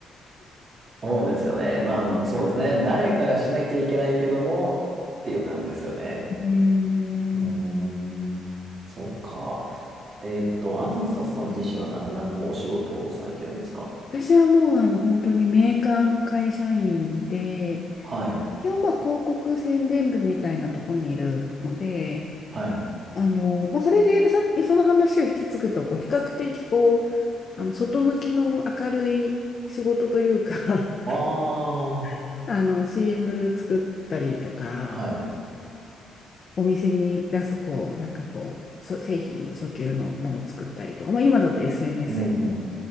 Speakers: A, on the right (about 50°); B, on the left (about 45°).
A: そうですよね。まあ、そうですね。誰かがしなきゃいけないけども、っていう感じですよね。
B: ね
A: うーん。そうか。えーっと、あずささん自身は何、何のお仕事をされてるんですか
B: え私はもうあの本当にメーカーの会社員で、
A: はい。
B: 一応まあ広告宣伝部みたいなとこにいるので、
A: はい。
B: あの、まあ、それで言うとさその話を引き継ぐと、こう、比較的こう、あの、外向きの明るい仕事というか
A: あ
B: <laughs>
A: あ、
B: あの、CM 作ったりとか、
A: はい。
B: お店に出す、こう、なんかこう、そ製品の訴求のもの作ったりとか、まあ、今だと SNS
A: うん、
B: や、
A: うん。